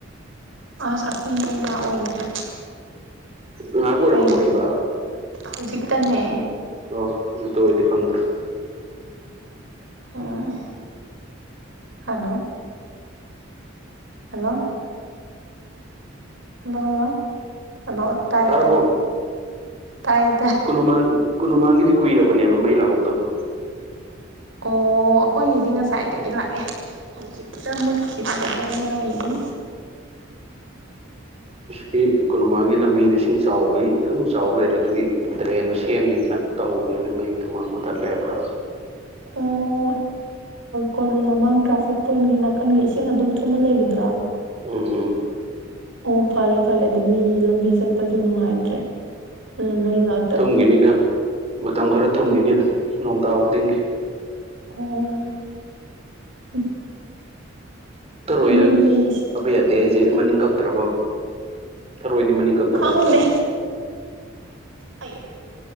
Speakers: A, on the right; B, on the right.
A: ꯑꯁ ꯑꯩꯈꯣꯏ ꯃꯩ ꯂꯥ ꯑꯣꯏꯌꯦ
B: ꯉꯥꯏꯍꯥꯛ ꯑꯣꯏꯔꯕ
A: ꯀꯩꯒꯤ
B: ꯃꯨꯠꯈꯤꯕ
A: ꯍꯧꯖꯤꯛꯇꯅꯦ
B: ꯑꯣ ꯑꯗꯨ ꯇ ꯑꯣꯏꯗꯤ ꯈꯪꯗ꯭ꯔꯥ
A: ꯎꯝ hello hello hello hello hello ꯇꯥꯏ
B: ꯇꯥꯔꯕꯣ
A: ꯑꯦ ꯇꯥꯏ ꯇꯥꯏ ꯇ
B: ꯀꯨꯅꯨꯃꯥꯡ ꯀꯨꯅꯨꯃꯥꯡꯒꯤꯗꯤ ꯀꯨꯏꯔꯕꯅꯦꯕ ꯃꯩ ꯂꯥꯍꯧꯗꯕ
A: ꯑꯣ ꯑꯩꯈꯣꯏꯒꯤꯗꯤ ꯉꯁꯥꯏꯗꯒꯤ ꯂꯥꯛꯑꯦ ꯍꯧꯖꯤꯛꯇ ꯃꯨꯠꯈꯤ ꯕꯗ ꯉꯥꯏꯔꯤ
B: ꯀꯤ ꯀꯅꯨꯡꯃꯥꯡꯒꯤ ꯂꯝꯕꯤꯗ ꯏꯁꯤꯡ ꯆꯥꯎꯕꯒꯤ ꯑꯗꯨꯝ ꯆꯥꯎꯕ ꯂꯩꯔꯦ ꯑꯗꯨꯒꯤ ꯗ꯭ꯔꯦꯟꯗꯣ ꯁꯦꯝꯅꯤꯅ ꯇꯧꯍꯧꯕꯅꯦ ꯑꯗꯨ ꯃꯩꯗꯨ ꯃꯥ ꯃꯨꯠꯊꯠꯂꯦ ꯍꯥꯏꯕ꯭ꯔꯥ
A: ꯑꯣ ꯀꯣꯅꯨꯡ ꯃꯃꯥꯡ ꯇ꯭ꯔꯥꯐꯤꯛ ꯄꯣꯏꯟꯒꯤ ꯅꯥꯀꯟꯒꯤ ꯏꯁꯤꯡ ꯑꯗꯨꯝ ꯊꯨꯝꯃ ꯂꯩꯕꯗ꯭ꯔꯣ
B: ꯎꯝ ꯎꯝ
A: ꯑꯣ ꯐꯔꯦ ꯐꯔꯦ ꯑꯗꯨ ꯃꯤ ꯂꯝꯕꯤ ꯆꯠꯄꯁꯨ ꯅꯨꯡꯉꯥꯏꯇ꯭ꯔꯦ ꯑꯗꯨꯅ ꯃꯩ ꯉꯥꯛ
B: ꯊꯨꯝꯈꯤꯅꯤꯗ ꯃꯇꯝ ꯈꯔ ꯊꯨꯝꯈꯤꯅꯤ ꯑꯗꯨ ꯅꯣꯡꯇꯥꯎ ꯈꯨꯗꯤꯡꯒꯤ
A: ꯑꯣ
B: ꯊꯔꯣꯏ
A: ꯑꯗꯨꯗꯤ
B: ꯔꯪꯁ ꯀꯥꯕ ꯌꯥꯗꯦ ꯍꯥꯏꯁꯦ ꯃꯅꯤꯡ ꯀꯛꯇ꯭ꯔꯕ ꯊꯔꯣꯏꯗꯤ ꯃꯅꯤꯡ ꯀꯛꯅꯗꯅꯤ
A: ꯈꯪꯗꯦ ꯑꯩ